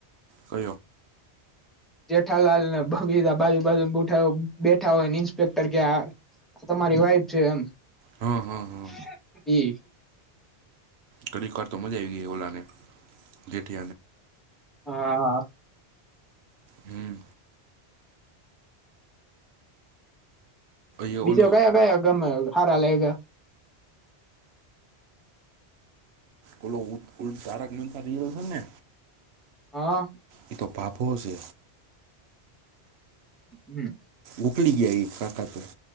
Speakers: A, on the right (about 75°); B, in the centre.
A: કઓ
B: જેઠાલાલનેીધા બાજુ બાજુ બઠ બેઠા હોય ને ઇન્સ્પેક્ટર કે તમારી વાઈફ છે એમ
A: હા હા હા
B: <inaudible> એ
A: ઘડી વાર તો મજા આવી ગઈ ઓલા ને જેથી
B: હા
A: હમ એ
B: બીજો
A: ઓલો
B: કયા કયા ગમે હાર લેગ
A: ઓલો તારક મતા રલ છે ને
B: હા
A: એ તો ભાવો છે
B: હમ
A: મોકલી ગયા એ કાકાત